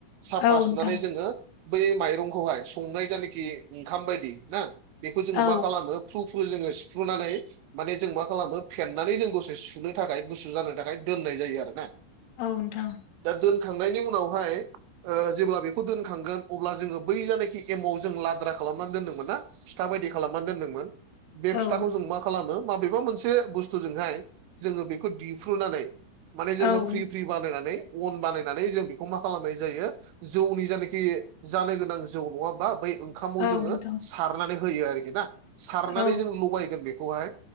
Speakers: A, on the right; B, on the left.
A: साफा
B: औ औ
A: सुनानै
B: नोंथां
A: जोङो बै माइरंखौहाय संनाय जानाखि ओंखाम बायदि ना बेखौ जोङो
B: औ
A: मा खालामो फ्रुफ्रु जोङो सिफ्रुनानै माने जों मा खालामो फेनानै जों दसे सुनो थाखाय गुसु जानो थाखाय दोननाय जायो आरो ना
B: औ नोंथां
A: दा दोनखांनायनि उनावहाय ओ जेब्ला बेखौ दोनखांगोन अब्ला जोङो बै जानोखि एमाव जों लाद्रा खालामनानै दोनदोंमोन ना फिथा बायदि खालामनानै दोनदोंमोन
B: औ
A: बे फिथाखौ जों
B: औ
A: मा खालामो माबेबा मोनसे बुस्थुजोंहाय जोङो बेखौ दिफ्रुनानै माने जो
B: औ
A: फ्रि फ्रि बानायनानै अन बानायनानै जों बेखौ मा खालामनाय जायो जौनि जानोखि जानो गोनां जौ नङा होमबा बै ओ ओंखामाव
B: औ
A: जोङो
B: नोंथां औ नोंथां
A: सारनानै होयो आरोखि ना सारनानै
B: औ
A: जों लगायगोन बेखौहाय